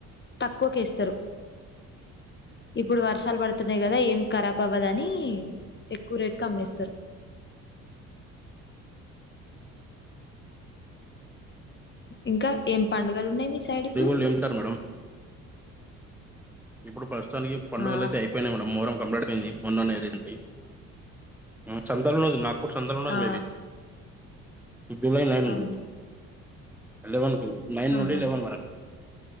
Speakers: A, on the left; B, in the centre.
A: తక్కువ ఇస్తారు ఇప్పుడు వర్షాలు పడుతున్నాయి కదా ఏం ఖరాబ్ అవ్వదని ఎక్కువ రేట్కే అమ్మేస్తారు ఇంకా ఏం పండుగలు ఉన్నాయి మీ సైడ్ ఇప్పుడు
B: <unintelligible> మేడం ఇప్పుడు ప్రస్తుతానికి పండుగలు
A: ఆ
B: అయితే అయిపోయినాయి మేడం మొహర్రం యింది మొన్న <unintelligible> ఉండంది నాకు సంద ఉండంది
A: ఆ
B: మేబి <unintelligible>
A: అవును
B: నైన్
A: ఆహా
B: నుండి లెవెన్ వరకు